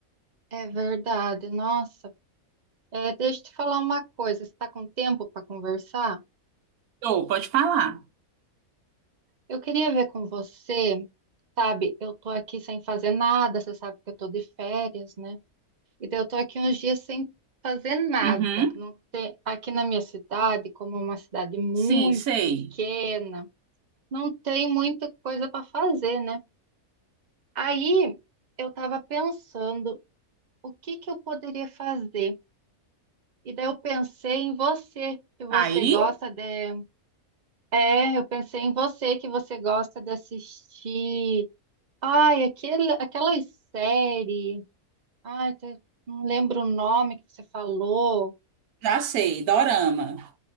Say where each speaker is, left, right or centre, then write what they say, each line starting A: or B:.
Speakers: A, on the right; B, on the right.
A: É verdade. Nossa, É, deixa eu te falar uma coisa. Você está com tempo para conversar?
B: Ô, pode falar.
A: Eu queria ver com você, sabe? Eu tô aqui sem fazer nada. Você sabe que eu tô de férias, né? E daí eu tô aqui uns dias sem fazer nada.
B: Uhum.
A: Não tem... Aqui na minha cidade, como é uma cidade muito
B: Sim, sei.
A: pequena, não tem muita coisa para fazer, né? Aí eu estava pensando o que que eu poderia fazer. E daí eu pensei em você, que você
B: Aí,
A: gosta de. É, eu pensei em você, que você gosta de assistir. Ai, aquele, aquelas séries. Ai, te- não lembro o nome que você falou.
B: já sei, dorama.